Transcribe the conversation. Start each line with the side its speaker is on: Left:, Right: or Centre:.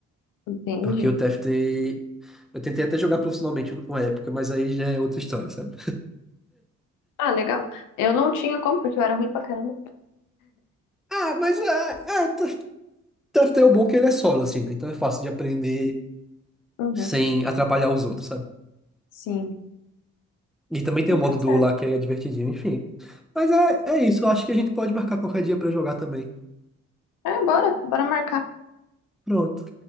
Left: Entendi.
Centre: Porque o TFT. Eu tentei até jogar profissionalmente uma época, mas aí já é outra história, sabe?
Left: Ah, legal. Eu não tinha como, porque eu era ruim pra caramba.
Centre: Ah, mas ah, ah, o TFT é o bom que ele é solo, assim, né? Então é fácil de aprender
Left: Uhum.
Centre: sem atrapalhar os outros, sabe?
Left: Sim.
Centre: E também tem
Left: Então,
Centre: o modo
Left: tá
Centre: duo
Left: certo.
Centre: lá que é divertidinho, enfim. Mas é, é isso, eu acho que a gente pode marcar qualquer dia pra jogar também.
Left: É, bora, bora marcar.
Centre: Pronto.